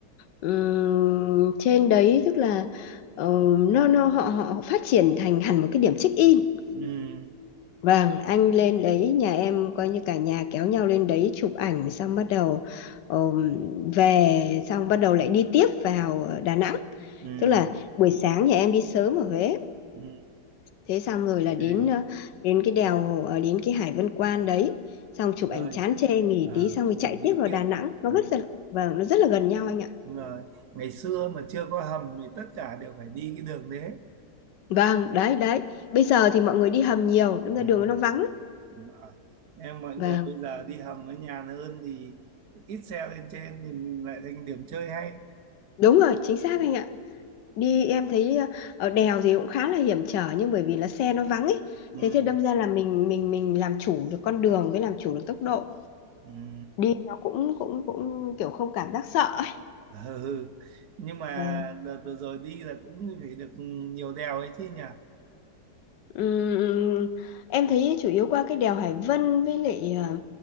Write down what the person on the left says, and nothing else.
ừm, trên đấy tức là ờ, nó nó họ họ phát triển thành hẳn một cái điểm check in
Vâng, anh lên đấy, nhà em coi như cả nhà kéo nhau lên đấy chụp ảnh xong bắt đầu ờm, về xong bắt đầu lại đi tiếp vào ờ, Đà Nẵng.
Tức là buổi sáng nhà em đi sớm ở Huế.
Thế xong rồi là đến
ờ, đến cái đèo ờ, đến cái Hải Vân Quan đấy, xong chụp
ảnh chán chê nghỉ
tí xong rồi
chạy
tiếp vào
Đà Nẵng. Nó
rất là vâng, nó rất là gần nhau anh ạ.
Vâng, đấy đấy. Bây giờ thì mọi người đi hầm nhiều, đâm
ra đường nó vắng. lắm.
Vâng,
đúng rồi, chính xác
anh ạ. đi em thấy ờ, ở đèo gì cũng khá là hiểm trở nhưng bởi vì là xe nó vắng ấy
thế thì đâm ra là mình mình mình làm chủ được con đường với làm chủ được tốc độ
đi nó cũng cũng cũng kiểu không cảm giác sợ ấy.
Vâng.
Ừm, ừm, em thấy chủ yếu qua cái đèo Hải Vân với lại ờ,